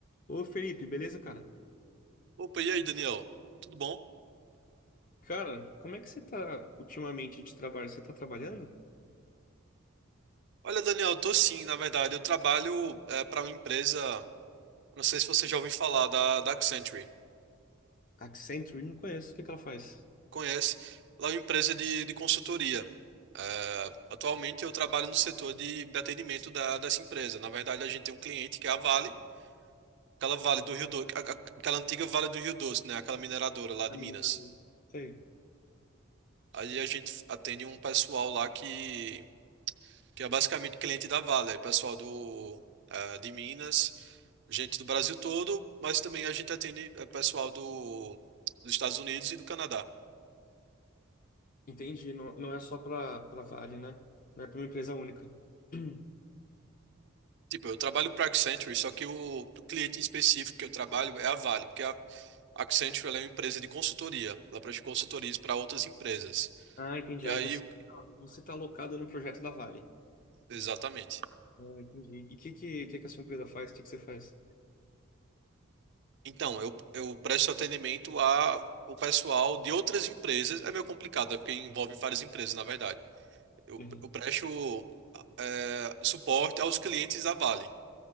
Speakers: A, on the left (about 40°); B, on the right (about 60°).
A: Ô Felipe, beleza, cara?
B: Opa, e aí, Daniel? Tudo bom?
A: Cara, como é que você tá ultimamente de trabalho? Você tá trabalhando?
B: Olha, Daniel, eu tô sim, na verdade. Eu trabalho para uma empresa, não sei se você já ouviu falar, da, da Accenture.
A: Accenture? Não conheço. O que que ela faz?
B: Conhece? Ela é uma empresa de, de consultoria. É, atualmente eu trabalho no setor de, de atendimento da, dessa empresa. Na verdade, a gente tem um cliente que é a Vale, aquela Vale do Rio Doce, a- a- aquela antiga Vale do Rio Doce, né? Aquela mineradora lá
A: Tá
B: de
A: me
B: Minas.
A: ligando. Sei.
B: Aí a gente atende um pessoal lá que, que é basicamente cliente da Vale, é pessoal do, eh, de Minas. gente do Brasil todo, mas também a gente atende é, pessoal do, dos Estados Unidos e do Canadá.
A: Entendi. Não, não é só pra, pra Vale, né? Não é pra uma empresa única. <clears throat>
B: Tipo, eu trabalho para Accenture, só que o cliente em específico que eu trabalho é a Vale, porque a Accenture ela é uma empresa de consultoria, ela presta consultorias para outras empresas.
A: Ah, entendi.
B: E
A: Aí
B: aí,
A: você, tá- você tá alocado no projeto da Vale.
B: exatamente.
A: Ah, entendi. E o que, que, que, que a sua empresa faz? O que, que você faz?
B: Então, eu, eu presto atendimento a o pessoal de outras empresas. É meio complicado, é porque envolve várias empresas, na verdade. Eu,
A: Uhum.
B: eu presto é, suporte aos clientes da Vale.